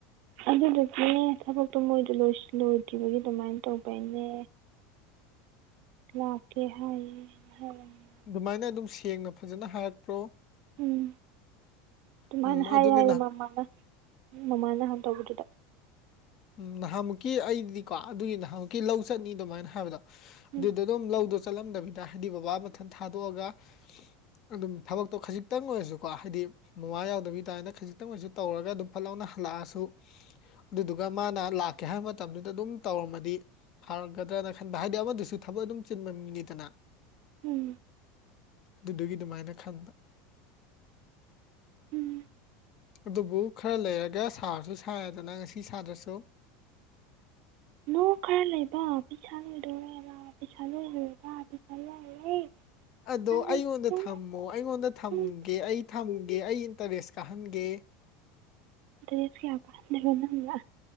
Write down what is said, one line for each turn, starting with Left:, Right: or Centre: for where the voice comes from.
Right: ꯑꯗꯨꯗꯨꯒꯤꯅꯦ ꯊꯕꯛꯇꯣ ꯃꯣꯏꯗꯣ ꯂꯣꯏꯁꯤꯜ ꯂꯣꯏꯗꯔꯤꯕꯒꯤ ꯑꯗꯨꯃꯥꯏꯅ ꯇꯧꯕꯩꯅꯦ ꯂꯥꯛꯀꯦ ꯍꯥꯏꯌꯦ <unintelligible>
Left: ꯑꯗꯨꯃꯥꯏꯅ ꯑꯗꯨꯝ ꯁꯦꯡꯅ ꯐꯖꯅ ꯍꯥꯏꯔꯛꯄ꯭ꯔꯣ
Right: ꯎꯝ ꯑꯗꯨꯃꯥꯏꯅ
Left: ꯎꯝ
Right: ꯍꯥꯏꯌꯦ
Left: ꯑꯗꯨꯅꯤ
Right: ꯍꯥꯏꯌꯦ
Left: ꯅꯍ
Right: ꯃꯃꯥꯅ ꯃꯃꯥꯅ ꯅꯍꯥꯟ ꯇꯧꯕꯗꯨꯗ
Left: ꯎꯝ ꯅꯍꯥꯟꯃꯨꯛꯀꯤ ꯑꯩꯗꯤꯀꯣ ꯑꯗꯨꯒꯤ ꯅꯍꯥꯟꯃꯨꯛꯀꯤ ꯂꯧ ꯆꯠꯅꯤ ꯑꯗꯨꯃꯥꯏꯅ ꯍꯥꯏꯕꯗꯣ
Right: ꯎꯝ
Left: ꯑꯗꯨꯗ ꯑꯗꯨꯝ ꯂꯧꯗꯨ ꯆꯠꯂꯝꯗꯕꯤꯗ ꯍꯥꯏꯗꯤ ꯕꯕꯥ ꯃꯊꯟ ꯊꯥꯗꯣꯛꯑꯒ ꯑꯗꯨꯝ ꯊꯕꯛꯇꯣ ꯈꯖꯤꯛꯇꯪ ꯑꯣꯏꯔꯁꯨꯀꯣ ꯍꯥꯏꯗꯤ ꯃꯃꯥ ꯌꯥꯎꯗꯕꯤ ꯇꯥꯏꯅ ꯈꯖꯤꯛꯇꯪ ꯑꯣꯏꯁꯨ ꯇꯧꯔꯒ ꯑꯗꯨꯝ ꯐꯠ ꯂꯥꯎꯅ ꯍꯜꯂꯛꯑꯁꯨ ꯑꯗꯨꯗꯨ ꯑꯗꯨꯒ ꯃꯥꯅ ꯂꯥꯛꯀꯦ ꯍꯥꯏꯕ ꯃꯇꯝꯗꯨꯗ ꯑꯗꯨꯝ ꯇꯧꯔꯝꯃꯗꯤ ꯐꯥꯔꯛꯀꯗ꯭ꯔꯅ ꯈꯟꯕ ꯍꯥꯏꯗꯤ ꯑꯃꯗꯨꯁꯨ ꯊꯕꯛ ꯑꯗꯨꯝ ꯆꯤꯟꯕ ꯃꯤꯅꯤꯗꯅꯥ
Right: ꯎꯝ
Left: ꯗꯨꯗꯨꯒꯤ ꯗꯨꯃꯥꯏꯅ ꯈꯟꯕ
Right: ꯎꯝ
Left: ꯑꯗꯨꯕꯨ ꯈꯔꯥ ꯂꯩꯔꯒ ꯁꯥꯔꯁꯨ ꯁꯥꯔꯦꯗꯅ ꯉꯁꯤ ꯁꯥꯗ꯭ꯔꯥꯁꯨ
Right: ꯅꯣ ꯈꯔꯥ ꯂꯩꯕ ꯄꯩꯁꯥ ꯂꯣꯏꯗꯣꯔꯦꯕ ꯄꯩꯁꯥ ꯂꯣꯏꯔꯦꯕꯥ ꯄꯩꯁꯥ ꯂꯣꯏꯔꯦ
Left: ꯑꯗꯣ
Right: ꯄꯩꯁꯥ ꯂꯣꯏꯈ꯭ꯔꯦ
Left: ꯑꯩꯉꯣꯟꯗ ꯊꯝꯃꯣ ꯑꯩꯉꯣꯟꯗ ꯊꯝꯒꯦ
Right: ꯎꯝ
Left: ꯑꯩ ꯊꯝꯒꯦ ꯑꯩ ꯏꯟꯇꯔꯦꯁ꯭ꯠ ꯀꯥꯍꯟꯒꯦ
Right: ꯏꯟꯇꯔꯦꯁ꯭ꯠ ꯀꯌꯥ ꯀꯥꯍꯟ ꯗꯣꯏꯕ ꯅꯪꯅ